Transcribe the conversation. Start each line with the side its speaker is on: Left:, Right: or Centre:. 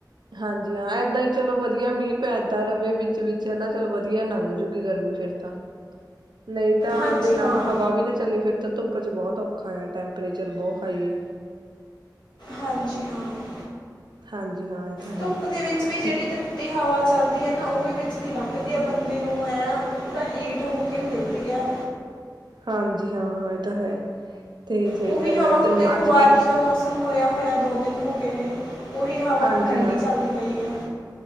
Right: ਹਾਂਜੀ, ਹਾਂ ਏਦਾਂ ਹੀ ਚਲੋ, ਵਧੀਆ, ਮੀਂਹ ਪੈਦਾ ਰਹੇ, ਵਿੱਚ ਵਿੱਚ ਹਨਾ ਚਲੋ, ਵਧੀਆ, ਲੰਘ ਜੂਗੀ ਗਰਮੀ, ਫਿਰ ਤਾਂ ਨਹੀਂ ਤਾਂ
Left: ਹਾਂਜੀ
Right: ਜੇ
Left: ਹਾਂ
Right: ਨਾ, ਹਵਾ ਵੀ ਨਾ ਚੱਲੇ ਫਿਰ ਤੇ ਧੁੱਪ 'ਚ ਬਹੁਤ ਔਖਾ ਹੈ, ਟੈਂਪਰੇਚਰ ਬਹੁਤ ਹਾਈ ਹੈ।
Left: ਹਾਂਜੀ, ਹਾਂ।
Right: ਹਾਂਜੀ, ਹਾਂ। ਤਾਂ ਹੈ
Left: ਧੁੱਪ, ਦੇ ਵਿੱਚ ਵੀ ਜਿਹੜੀ
Right: ਕਿ
Left: ਤੱ ਤੀ, ਹਵਾ ਚੱਲਦੀ ਹੈ ਨਾ, ਉਹ ਵੀ ਵਿੱਚ ਦੀ ਲੰਘਦੀ ਆ ਬੰਦੇ ਨੂੰ, ਐ ਪੂਰਾ ਹੀਟ ਹੋ ਕੇ ਮਿਲਦੀ ਹੈ।
Right: ਹਾਂਜੀ ਹਾਂ, ਇਹ ਤਾਂ ਹੈ, ਤੇ ਸਹੀ
Left: ਉਹੀ
Right: ਗੱਲ
Left: ਹਵਾ
Right: ਹੈ। ਤੇ
Left: ਹੁਣ ਦੇਖੋ
Right: ਅੱਜ
Left: ਬਾਰਿਸ਼
Right: ਕੀ
Left: ਦਾ ਮੌਸਮ ਹੋਇਆ -ਹੋਇਆ ਦੋ ਦਿਨ ਹੋ ਗਏ ਨੇ, ਉਹੀ ਹਵਾ
Right: ਹਾਂਜੀ
Left: ਹੁਣ ਠੰਡੀ
Right: ਹਾਂ।
Left: ਚੱਲਦੀ ਪਈ ਏ।